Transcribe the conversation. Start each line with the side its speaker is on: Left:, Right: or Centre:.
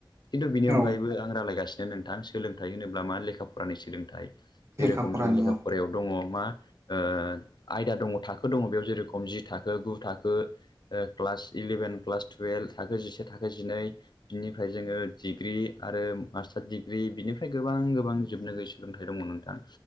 Left: खिन्थु बिनि अनगायैबो
Right: औ
Left: आं रायलायगासिनो नोंथां सोलोंथाइ होनोब्ला मा लेखा फरानि सोलोंथाइ
Right: लेखा
Left: जेरोखम
Right: फरानियाव
Left: जों लेखा फरायाव दङ मा ओ आयदा दङ थाखो दङ बेयाव जेरोखम जि थाखो गु थाखो क्लास इलेभेन क्लास टुयेल्भ एल थाखो जिसे थाखो जिनै बिनिफ्राय जोङो डिग्रि आरो मास्टार डिग्रि बिनिफ्राय गोबां गोबां जोबनो गैयै सोलोंथाइ दङ नोंथां